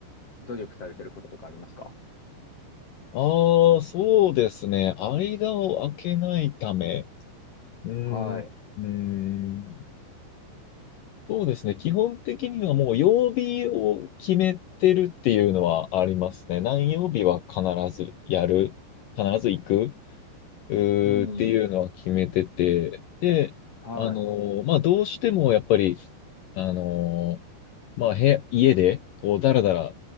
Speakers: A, on the left; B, on the left.
A: 努力されてることとかありますか
B: ああ、そうですね。間を空けないため。うーん、
A: はい。
B: うーん。そうですね。基本的にはもう曜日を決めてるっていうのはありますね。何曜日は必ずやる。必ず行く。うーっていうのは決めてて、
A: うん。
B: で、
A: は
B: あのーまあ、どうしてもやっぱり、あのーまあ、部屋、家で、こう、だらだら、